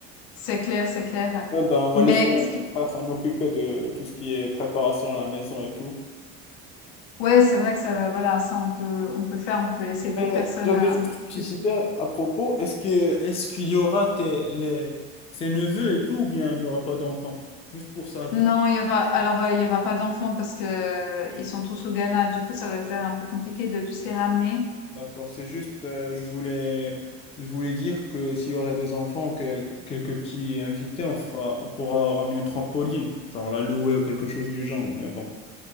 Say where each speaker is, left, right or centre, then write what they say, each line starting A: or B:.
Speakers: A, on the left (about 85°); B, on the left (about 20°).
A: c'est clair, c'est clair.
B: Ouais, ben, on va
A: Mais
B: laisser mon
A: qu'est-ce
B: petit
A: que,
B: frère s'en occuper de tout ce qui est préparation à la maison et tout.
A: Ouais, c'est vrai que ça va, voilà, ça on peut, on peut faire, on peut laisser d'autres
B: Mais
A: personnes
B: j'avais
A: euh,
B: juste
A: un
B: une
A: peu
B: petite
A: plus.
B: idée à propos. Est-ce que est-ce qu'il y aura tes- les- ses neveux et tout, ou bien il n'y aura pas d'enfants? Juste pour savoir.
A: Non, il y aura, alors euh, il y aura pas d'enfants parce que euh, ils sont tous au Ghana. Du coup, ça va faire un peu compliqué de tous les ramener.
B: D'accord, c'est juste, euh, je voulais, je voulais dire que s'il y aurait des enfants, ou quel- quelques petits invités, on fera, on pourra ramener une trampoline, genre la louer ou quelque chose du genre, mais bon.